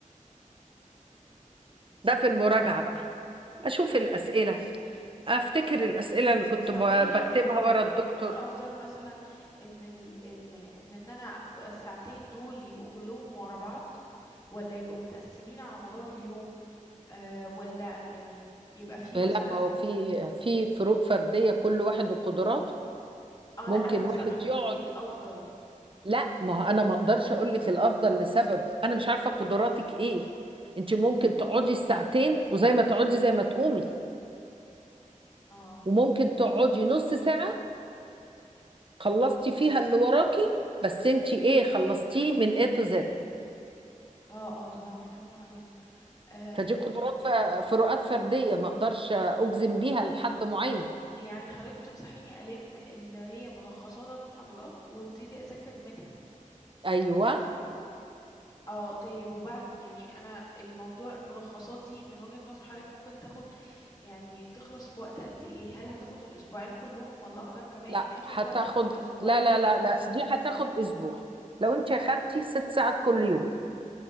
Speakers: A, on the left (about 25°); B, on the right (about 40°).
A: مم.
B: ده في المراجعة بقى أشوف الأسئلة أفتكر الأسئلة اللي كنت
A: طب
B: ب-
A: ايه الافضل
B: بكتبها
A: يعني
B: ورا الدكتور
A: الافضل مثلا ان ال... ال... ان ان انا أكو- الساعتين دول يبقوا كلهم ورا بعض ولا يبقوا متقسمين على مدار اليوم آه ولا يعني يبقى فيه
B: إيه
A: مثلا
B: لا ما هو في في فروق فردية كل واحد وقدراته
A: اه
B: ممكن
A: لا انا بسأل
B: واحد
A: حضرتك
B: يقعد
A: ايه الافضل
B: لا ما هو أنا ما أقدرش أقول لك الأفضل لسبب أنا مش عارفة قدراتك إيه أنت ممكن تقعدي الساعتين وزي ما تقعدي زي ما تقومي
A: اه
B: وممكن تقعدي نص ساعة خلصتي فيها اللي وراكي بس انت ايه خلصتيه من A to Z
A: اه اه طبعا فاهمة حضرتك آم،
B: فدي قدرات ف- فروقات فردية ما اقدرش اجزم بيها لحد معين
A: يعني حضرتك بتنصحيني ألم اللي هي ملخصات المحاضرات وابتدي أذاكر منها
B: ايوه
A: اه طيب وبعد يعني أنا الموضوع الملخصات دي من وجهة نظر حضرتك ممكن تاخد يعني تخلص في وقت قد ايه هل هتاخد الأسبوعين كلهم ولا أقدر كمان
B: لا
A: أخد
B: هتاخد
A: وقت من الأسبوعين
B: لا لا لا لا دي هتاخد اسبوع لو انت اخدتي ست ساعات كل يوم